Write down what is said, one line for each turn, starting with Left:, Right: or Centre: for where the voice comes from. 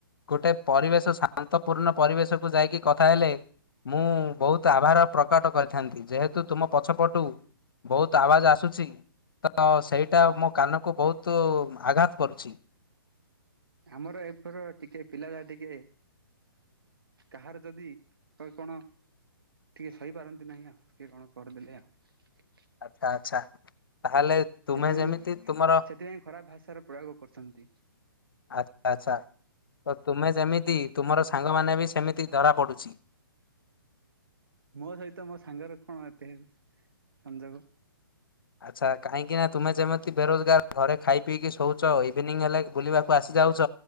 Left: ଗୋଟେ ପରିବେଶ ଶାନ୍ତପୂର୍ଣ୍ଣ ପରିବେଶକୁ ଯାଇକି କଥା ହେଲେ ମୁଁ ବହୁତ ଆଭାର ପ୍ରକଟ କରିଥାନ୍ତି, ଯେହେତୁ ତୁମ ପଛପଟୁ ବହୁତ ଆବାଜ ଆସୁଛି ତ ସେଇଟା ମୋ କାନକୁ ବହୁତ ତ ଆଘାତ କରୁଛି।
Right: ଆମର ଏପର ଟିକେ ପିଲା ଯାହା ଟିକେ କାହାର ଯଦି ତହ କଣ ଟିକେ ସହିପାରନ୍ତି ନାହିଁ ଆଉ କିଏ କଣ କରିଦେଲେ ଆଉ।
Left: ଆଚ୍ଛା। ଆଚ୍ଛା। ତାହେଲେ ତୁମେ
Right: ସେଥିପାଇଁ
Left: ଯେମିତି ତୁମର
Right: ସେଥିପାଇଁ ଖରାପ ଭାଷାର ପ୍ରୟୋଗ କରୁଛନ୍ତି
Left: ଆଛା ଆଛା। ତ ତୁମେ ଯେମିତି ତୁମର ସାଙ୍ଗମାନେ ବି ସେମିତି ଧରାପଡୁଛି।
Right: ମୋ ସହିତ ମୋ ସାଙ୍ଗରେ କଣ ଏତେ ସଂଯୋଗ?
Left: ଆଚ୍ଛା କାହିଁକି ନା ତୁମେ ଯେମିତି ବେରୋଜଗାର ଘରେ ଖାଇ ପିଇକି ଶୋଉଛ ଇଭିନିଂ ହେଲେ ବୁଲିବାକୁ ଆସିବ ଯାଉଛ